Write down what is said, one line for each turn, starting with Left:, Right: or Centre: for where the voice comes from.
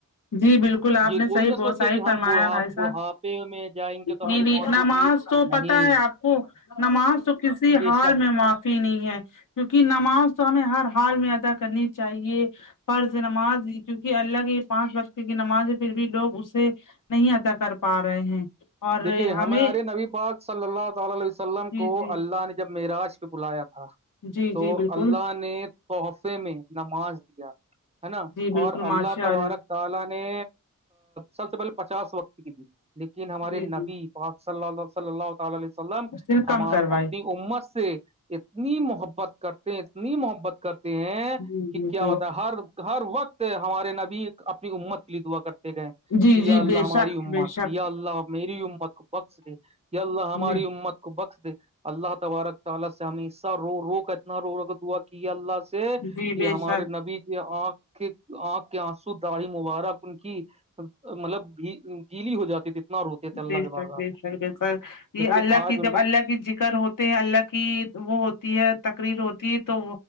Left: جی بالکل آپ
Right: یہ
Left: نے
Right: کوئی
Left: صحیح
Right: نہ سوچے
Left: صحیح
Right: کہ
Left: فرمایا
Right: ہم بڑھا
Left: بھائی صاحب
Right: بڑھاپے میں جائیں گے تو ہماری
Left: نہیں نہیں
Right: موت
Left: نماز
Right: ہوگی
Left: تو پتہ
Right: نہیں
Left: ہے آپ کو نماز تو کسی
Right: بے
Left: حال
Right: شک
Left: میں معاف نہیں ہے کیونکہ نماز تو ہمیں ہر حال میں ادا کرنی چاہیے فرض نماز کیونکہ اللہ کی یہ پانچ وقت کی نماز ہے پھر بھی لوگ اس سے نہیں ادا کر پا رہے ہیں اور
Right: دیکھیے ہمارے
Left: ہمیں
Right: نبی پاک صلی اللہ تعالی عیلہی وسلم
Left: جی
Right: کو
Left: جی
Right: اللہ نے جب معیراج پہ بلایا تھا
Left: جی
Right: تو
Left: جی بالکل
Right: اللہ نے تحفے میں نماز دیا ہے نا
Left: جی بالکل
Right: اور اللہ
Left: ماشاء
Right: تبارک تعالی نے سب سے پہلے پچاس وقت کی تھی لیکن ہمارے
Left: جی
Right: نبی
Left: جی
Right: پاک ص صلی اللہم عل وسلم
Left: اس نے
Right: ہمار
Left: کم کروائی
Right: اپنی امت سے اتنی محبت کرتے ہیں اتنی محبت کرتے ہیں
Left: جی
Right: کہ کیا
Left: جی
Right: ہوتا ہے ہر ہر وقت ہمارے نبی اپنی امت کے لیے دعا کرتے گئے
Left: جی
Right: کہ
Left: جی
Right: یہ
Left: جی
Right: اللہ
Left: بے
Right: ہماری
Left: شک
Right: امت
Left: بے شک
Right: اللہ میری امت کو بخس دے یا اللہ ہماری
Left: جی
Right: امت کو بخس دے اللہ تبارک تعال سے ہمیں اسہ رو رو کا اتنا رو ر دا اللہ سے
Left: جی
Right: کہ
Left: بے
Right: ہمارے
Left: شک
Right: نبی کے آنکھ کے آنکھ کے آنسو دااڈ ہی مبارک ان کی مطلب بھی گیلی ہو جاتی تھی اتنا روتے تھے اللہ
Left: بے شک
Right: کے بارگاہ
Left: بے
Right: پہ
Left: شک بے شک یہ
Right: لیکن
Left: اللہ
Right: آج
Left: کی جب
Right: ان
Left: اللہ کی ذکر ہوتے ہیں اللہ کی وہ ہوتی ہے تقریر ہوتی ہے تو